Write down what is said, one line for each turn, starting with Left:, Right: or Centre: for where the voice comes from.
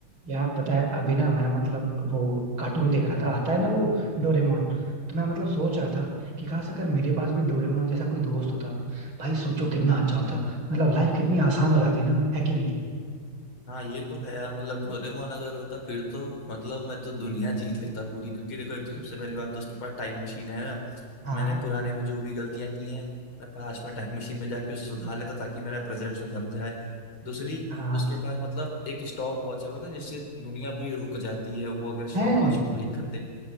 Right: यार पता है अभी ना मैं मतलब वो कार्टून देख रहा था आता है ना वो डोरेमोन तो मैं मतलब सोच रहा था कि काश अगर मेरे पास भी डोरेमोन जैसा कोई दोस्त होता भाई सोचो कितना अच्छा होता मतलब लाइफ कितनी आसान हो जाती ना है कि नहीं
Left: हाँ ये तो है यार मतलब डोरेमोन अगर होता फिर तो मतलब मैं तो दुनिया जीत लेता पूरी क्योंकि देखो एक तो सबसे पहली बात तो उसके पास टाइम मशीन है ना
Right: हाँ
Left: मैंने पुराने में जो भी गलतियां की हैं मैं पास में टाइम मशीन में जाके उसे सुधार लेता ताकि मेरा प्रेजेंट सुधर जाए दूसरी
Right: हाँ
Left: उसके पास मतलब एक स्टॉप वॉच है पता है, जिससे दुनिया पूरी रुक जाती है वो अगर स्टॉप
Right: है
Left: वॉच को क्लिक कर दे